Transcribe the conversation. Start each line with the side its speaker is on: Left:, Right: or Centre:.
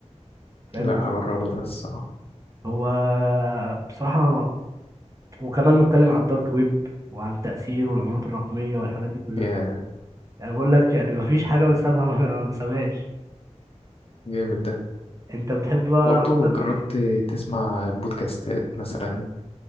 Right: فاهم
Left: لا هجربه ده الصراحه
Right: هو بصراحة وكمان بيتكلم على الدارك ويب وعن تأثيره والعملات الرقمية والحاجات دي كلها
Left: ياه
Right: يعني بقول لك يعني مفيش حاجة بسابها ما ما سابهاش
Left: جامد ده
Right: انت بتحب بقى
Left: برضه
Right: اكتر
Left: جربت
Right: ال-
Left: تسمع بودكاستات مثلا